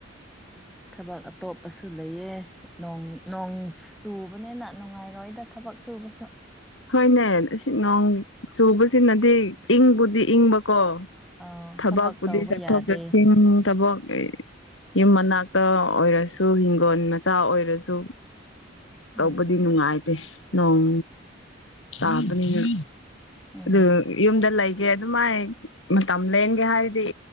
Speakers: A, in the centre; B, on the left.
A: ꯊꯕꯛ ꯑꯇꯣꯞꯄꯁꯨ ꯂꯩꯌꯦ ꯅꯣꯡ ꯅꯣꯡ ꯆꯨꯕꯅꯤꯅ ꯅꯨꯡꯉꯥꯏꯔꯣꯏꯗ ꯊꯕꯛ ꯕꯛ ꯁꯨꯕꯁꯨ
B: ꯍꯣꯏꯅꯦ ꯑꯁꯤ ꯅꯣꯡ ꯆꯨꯕꯁꯤꯅꯗꯤ ꯏꯪꯕꯨꯗꯤ ꯏꯪꯕ ꯀꯣ
A: ꯑꯧ
B: ꯊꯕꯛꯄꯨꯗꯤ
A: ꯊꯕꯛ ꯇꯧꯕ
B: ꯆꯠꯊꯣꯛ
A: ꯌꯥꯗꯦ
B: ꯆꯠꯁꯤꯟ ꯊꯕꯛ ꯌꯨꯝ ꯃꯅꯥꯛꯇ ꯑꯣꯏꯔꯁꯨ ꯍꯤꯡꯒꯣꯟ ꯃꯆꯥ ꯑꯣꯏꯔꯁꯨ
A: ꯎꯝ
B: ꯇꯧꯕꯗꯤ ꯅꯨꯡꯉꯥꯏꯇꯦ ꯅꯣꯡ ꯇꯥꯕꯅꯤꯅ
A: ꯎꯝ
B: ꯑꯗꯨ ꯌꯨꯝꯗ ꯂꯩꯒꯦ ꯑꯗꯨꯃꯥꯏ ꯃꯇꯝ ꯂꯦꯟꯒꯦ ꯍꯥꯏꯔꯗꯤ